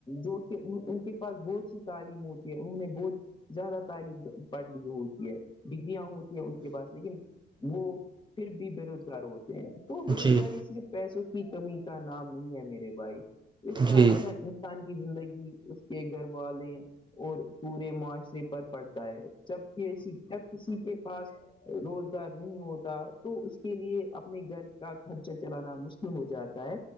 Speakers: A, on the left (about 25°); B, on the right (about 25°).
A: جو کہ ان کے پاس بہت سی تعلیم ہوتی ہے انہوں نے بہت زیادہ تعلیم پڑھ لی ہوتی ہے ڈگریاں ہوتی ہیں ان کے پاس لیکن وہ پھر بھی بے روزگار ہوتے ہیں تو بے
B: جی جی
A: روزگاری صرف پیسوں کی کمی کا نام نہیں ہے میرے بھائی اس کا
B: جی
A: اثر انسان کی زندگی اس کے گھر والالیں اور پورے معاشرے پر پڑتا ہے جب جب کسی کے پاس روزگار نہیں ہوتا تو اس کے لیے اپنے گھر کا خرچہ چلانا مشکل ہو جاتا ہے